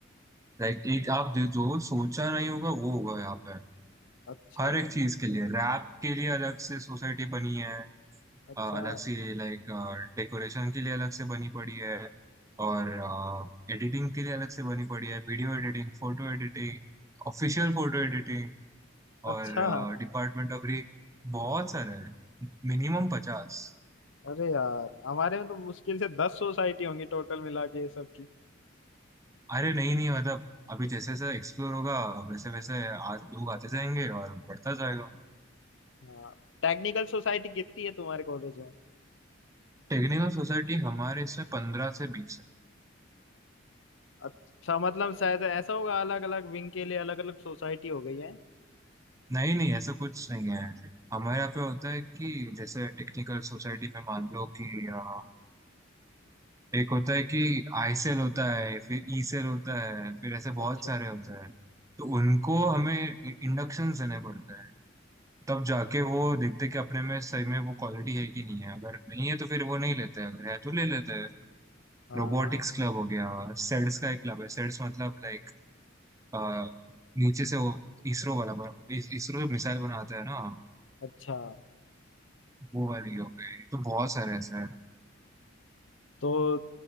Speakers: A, on the right (about 15°); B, on the left (about 75°).
A: लाइक एक आप जो जो सोचा नहीं होगा वो होगा यहाँ पे
B: अच्छा
A: हर एक चीज के लिए रैप के लिए अलग से सोसाइटी बनी है
B: अच्छा
A: अ, अलग से लाइक डेकोरेशन के लिए अलग से बनी पड़ी है और एडिटिंग के लिए अलग से बनी पड़ी है video editing photo editing official photo editing
B: अच्छा
A: और डिपार्टमेंट ऑफ रेक बहुत सारे हैं मिनिमम पचास
B: अरे यार हमारे में तो मुश्किल से दस सोसाइटी होंगी टोटल मिला के सबकी
A: अरे नहीं नहीं मतलब अभी जैसे जैसे एक्सप्लोर होगा वैसे वैसे आज लोग आते जाएंगे और बढ़ता जाएगा
B: हाँ टेक्निकल सोसाइटी कितनी है तुम्हारे कॉलेज में
A: टेक्निकल सोसाइटी हमारे इसमें पंद्रह से बीस है
B: अच्छा मतलब शायद ऐसा होगा अलग अलग विंग के लिए अलग अलग सोसाइटी हो गई है
A: नहीं नहीं ऐसा कुछ नहीं है हमारे यहाँ पे होता है कि जैसे टेक्निकल सोसाइटी में मान लो कि अ, एक होता है कि आई सेल होता है फिर ई सेल होता है फिर ऐसे
B: अच्छा
A: बहुत सारे
B: अच्छा
A: होते हैं तो उनको हमें इंडक्शन देने पड़ते हैं तब जाके
B: अच्छा।
A: वो देखते हैं कि अपने में सही में वो क्वालिटी है कि नहीं है अगर नहीं है तो फिर वो नहीं लेते हैं अगर है तो ले लेते हैं
B: हाँ
A: रोबोटिक्स क्लब हो गया सेड्स का एक क्लब है सेड्स मतलब लाइक आ, नीचे से वो इसरो वाला बन, इस, इसरो जो मिसाइल बनाता है ना
B: अच्छा
A: वो वाली हो गई तो बहुत सारे ऐसे हैं
B: तो